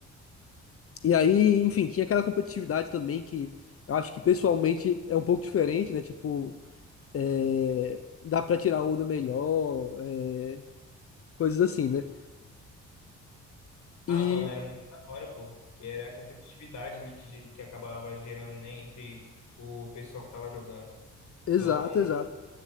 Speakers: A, on the left (about 50°); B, on the left (about 65°).
A: E aí, enfim, tinha aquela competitividade também que eu acho que pessoalmente é um pouco diferente, né? Tipo, é, dá pra tirar onda melhor, é, coisas assim, né?
B: Ah,
A: E.
B: mano, era muito da hora, pô. Que era a competitividade ali que, ge- que acabava gerando, né, entre o pessoal que tava jogando.
A: Exato,
B: Então,
A: exato.